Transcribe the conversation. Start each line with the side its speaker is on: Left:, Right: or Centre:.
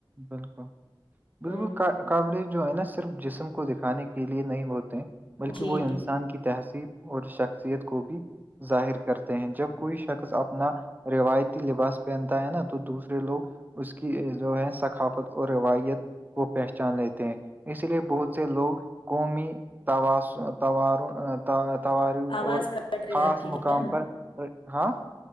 Right: بالکل
Left: ہ
Right: بالکل ک کپڑے جو ہے نا صرف جسم کو دیکھانے کے لیے نہیں ہوتے بلکہ
Left: جی
Right: وہ انسان کی تہذیب اور شخصیت کو بھی ظاہر کرتے ہیں جب کوئی شخص اپنا روایتی لباس پہنتا ہے نا تو دوسرے لوگ اس کی جو ہے ثقافت اور روایت کو پہچان لیتے ہیں اس لیے بہت سے لوگ قومی تاسو توروں اطاعت تہواروں
Left: آواز
Right: اور
Left: کٹ رہی
Right: خاص
Left: ہے آپ کی کیا
Right: مقام پر ر ہاں